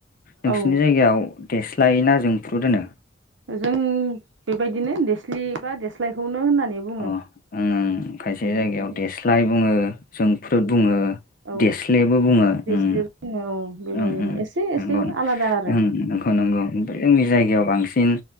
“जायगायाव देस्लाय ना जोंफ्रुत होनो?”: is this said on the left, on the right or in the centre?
Left